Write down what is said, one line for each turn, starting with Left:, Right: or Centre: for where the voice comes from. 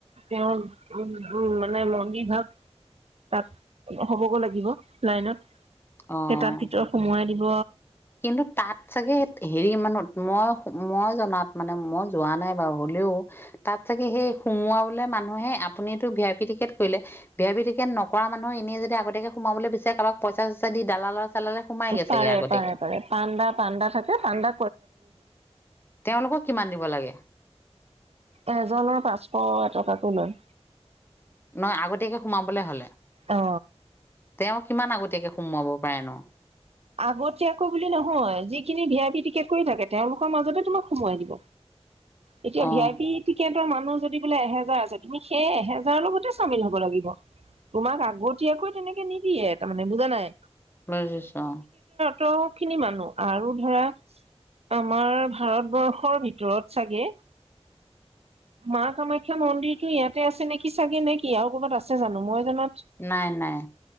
Right: তেওঁ উ - উ মানে মনি ভাগ তাত হ'ব গৈ লাগিব লাইনত। <unintelligible>
Left: অ
Right: ভিতৰত সুমুৱাই দিব।
Left: কিন্তু তাত চাগে হেৰি মানুহ মই-মই জনাত মানে মই যোৱা নাই বাৰু হ'লেও তাত চাগে সেই সোমোৱাবলে মানুহে আপুনিতো ভি আই পি টিকেট কৰিলে, ভি আই পি টিকেট নকৰা মানুহে এনে যদি আগতীয়াকে সোমাব বিচাৰে কাৰোবাক পইচা চইচা দি দালাল সোমাইগে
Right: পাৰে
Left: ছাগে আগতীয়াকে
Right: পাৰে পাৰে পাণ্ডা - পাণ্ডা থাকে পাণ্ডা।
Left: তেওঁলোকক কিমান দিব লাগে?
Right: এজনৰ পাঁচশ এটকাকো লয়।
Left: নহয় আগতীয়াকে সোমাবলৈ হলে?
Right: অ
Left: তেওঁ কিমান আগতীয়াকে সোমোৱাব পাৰে নো?
Right: আগতীয়াকৈ বুলি নহয় যিখিনি ভি আই পি টিকেট কৰি থাকে তেওঁলোকৰ মাজতে তোমাক সোমাই দিব। এতিয়া
Left: অ
Right: ভি আই পি টিকেটৰ মানুহ যদি বোলে এহেজাৰ আছে তুমি সেই এহেজাৰৰ লগতে চামিল হব লাগিব। তোমাক আগতীয়াকৈ তেনেকে নিদিয়ে তাৰমানে বুজা নাই?
Left: বছা
Right: ত খিনি মানুহ আৰু ধৰা আমাৰ ভাৰতবৰ্ষৰ ভিতৰত চাগে। মা কামাখ্যা মন্দিৰতো ইয়াতে আছে নেকি চাগে নে কি আৰু কৰ'ৰবাত আছে জানো মই জানাত।
Left: নাই, নাই